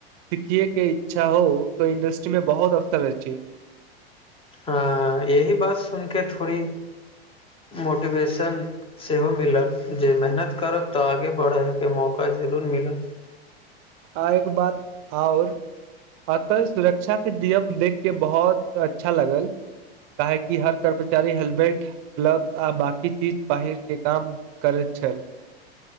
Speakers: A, on the right; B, on the left.
A: सिखियए के इच्छा हो तो इंडस्ट्री मे बहुत अवसर रह छै
B: हा यही बात सुन के थोड़ी मोटिवेशन सेहो मिलत जे मेहनत करब तऽ आगे बढे के मौका जरूर मिलत
A: आ एक बात ओर अतऽ सुरक्षा के नियम देख के बहुत अच्छा लागल काहे कि हर कर्मचारी हेलमेट ग्लव्स आ बकि चीज पहिर के काम करैत छल